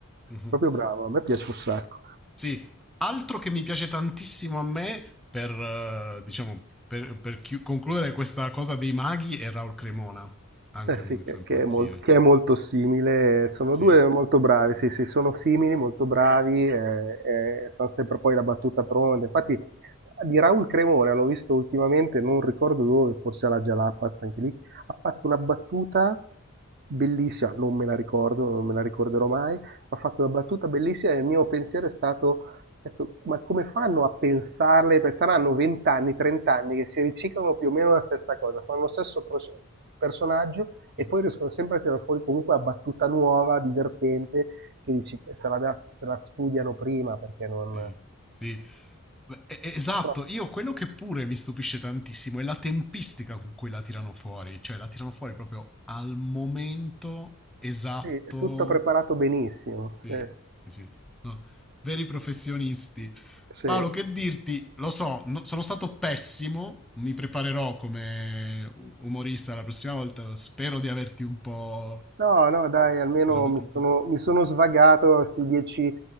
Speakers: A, in the centre; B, on the right.
A: Mhm.
B: proprio bravo, a me piace un sacco.
A: sì. Altro che mi piace tantissimo a me, per, eh, diciamo, per, per chi- concludere questa cosa dei maghi, è Raul Cremona. Anche
B: Eh
A: lui
B: sì,
A: mi
B: che,
A: fa impazzire.
B: che è mol- che è molto simile, sono
A: Sì,
B: due molto bravi, sì, sì, sono simili, molto bravi, eh, eh, sanno sempre poi la battuta pronta. Infatti di Raul Cremona, l'ho visto ultimamente, non ricordo dove, forse alla Jalapas, anche lì, ha fatto una battuta bellissima, non me la ricordo, non me la ricorderò mai, ma ha fatto una battuta bellissima e il mio pensiero è stato, "Cazzo, ma come fanno a pensarle? Perché Saranno 20 anni, 30 anni che si riciclano più o meno la stessa cosa, fanno lo stesso proce- personaggio e
A: sì.
B: poi riescono sempre a tirare fuori comunque la battuta nuova, divertente, che dici che se la, da- se la studiano prima perché non...
A: Sì, sì. Eh, Esatto,
B: Però,
A: io quello che pure mi stupisce tantissimo è la tempistica con cui la tirano fuori, cioè la tirano fuori proprio al momento esatto.
B: sì, è tutto preparato benissimo.
A: Sì,
B: sì,
A: sì, sì. No, Veri professionisti.
B: sì.
A: Paolo, che dirti? Lo so, no- sono stato pessimo, mi preparerò come u- umorista la prossima volta, spero di averti un po'
B: No, no, dai, almeno
A: sdrammatizzato.
B: mi sono, mi sono svagato questi dieci,